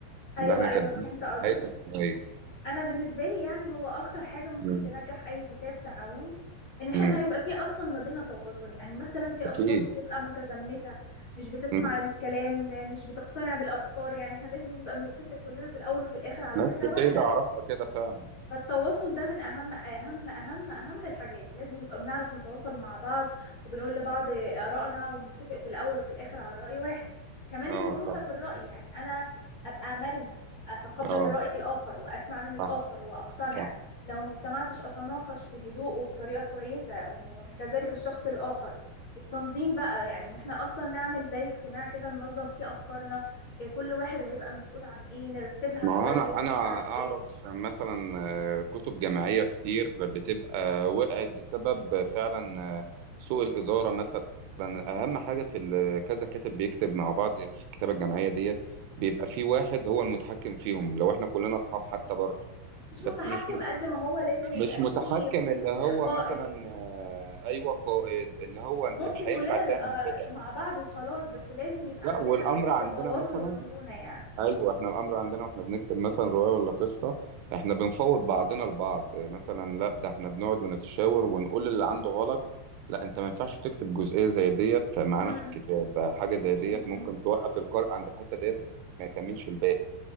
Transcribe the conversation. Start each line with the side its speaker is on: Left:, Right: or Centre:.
Left: ايوه
Right: اللي احنا
Left: ايوه
Right: كاتبينها
Left: فهمت
Right: في
Left: قصدك
Right: نهاية الشوية
Left: انا بالنسبه لي يعني هو اكتر حاجه ممكن
Right: مم.
Left: تنجح اي كتاب تعاوني ان احنا
Right: مم.
Left: يبقى فيه اصلا ما بيننا تواصل يعني مثلا في
Right: أكيد
Left: اشخاص بتبقى متزمته مش بتسمع
Right: مم.
Left: الكلام مش بتقتنع بالافكار يعني احنا لازم نبقى بنتفق كلنا في الاول وفي الاخر على
Right: ناس
Left: فكره
Right: كتير
Left: واحده
Right: أعرفها كده فعلا
Left: فالتواصل ده من اهم اهم اهم اهم الحاجات لازم نبقى بنعرف نتواصل مع بعض وبنقول لبعض آرائنا وبنتفق في الاول وفي الاخر على رأي واحد كمان
Right: اه
Left: المرونة
Right: طبعا
Left: في الرأي يعني انا ابقى مرنة اتقبل
Right: اه
Left: الرأي الاخر واسمع من الاخر
Right: صح
Left: واقتنع
Right: صح
Left: لو ما اقتنعتش اتناقش بهدوء وبطريقة كويسة وكذلك الشخص الاخر التنظيم بقى يعني ان احنا اصلا نعمل زي اجتماع كده ننظم فيه افكارنا إيه، كل واحد هيبقى مسؤول عن ايه نرتبها
Right: ما
Left: كويس
Right: هو انا انا
Left: ومش عارف
Right: اعرف
Left: ايه
Right: مثلا آه، كتب جامعيه كتير بتبقى وقعت بسبب فعلا آه، سوء الاداره مثلا اهم حاجه في ال- كذا كاتب بيكتب مع بعض في الكتابه الجامعيه ديت بيبقى في واحد هو المتحكم فيهم لو احنا كلنا اصحاب حتى برضه
Left: مش
Right: بس
Left: متحكم
Right: مش
Left: قد ما هو لازم يبقى
Right: مش متحكم
Left: فيه
Right: اللي هو
Left: قائد
Right: مثلا آه، ايوه قائد اللي هو
Left: وممكن
Right: انت مش هينفع
Left: كلنا
Right: تعمل
Left: نبقى
Right: كده
Left: مع بعض وخلاص بس لازم يبقى
Right: لا
Left: عندنا
Right: والامر
Left: حتة
Right: عندنا
Left: التواصل
Right: مثلا
Left: والمرونة يعني
Right: ايوه احنا الامر عندنا واحنا بنكتب مثلا روايه ولا قصه احنا بنفوض بعضنا البعض آه، مثلا لا ده احنا بنقعد ونتشاور ونقول اللي عنده غلط لا انت ما ينفعش تكتب جزئيه زي ديت معانا
Left: مم.
Right: في الكتاب ده حاجه زي
Left: مم.
Right: ديت ممكن
Left: مم.
Right: توقف القارئ عند الحته ديت ما يكملش الباقي